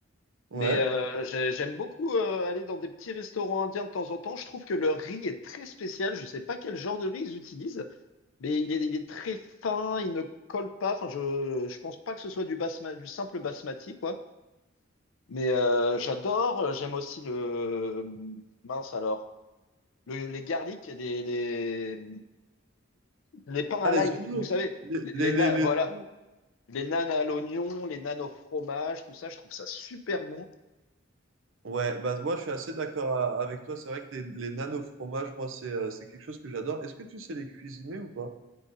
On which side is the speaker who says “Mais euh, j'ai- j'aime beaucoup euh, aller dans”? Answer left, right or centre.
Left